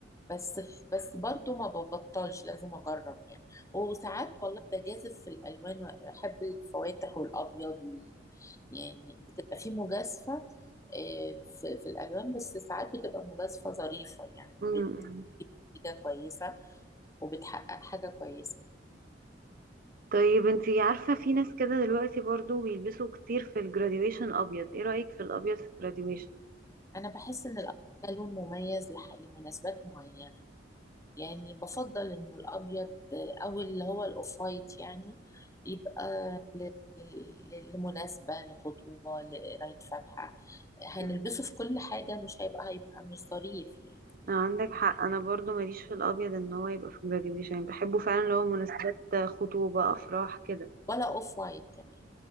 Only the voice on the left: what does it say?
بس بس برضو ما ببطلش لازم اجرب يعني وساعات والله بجازف في الالوان واحب الفواتح والابيض وال... يعني بتبقى في مجازفه آه، في, في الالوان بس ساعات بتبقى مجازفه ظريفه يعني
بتبقى كويسه وبتحقق حاجه كويسه
انا بحس ان الابيض ده لون مميز لح... لمناسبات معينه يعني بفضل انه الابيض او اللي هو الاوف وايت يعني يبقى ل- ل- لمناسبة لخطوبة لقراية فاتحة هنلبسه
في كل حاجة مش هيبقى هيبقى مش ظريف يعني
ولا اوف وايت كمان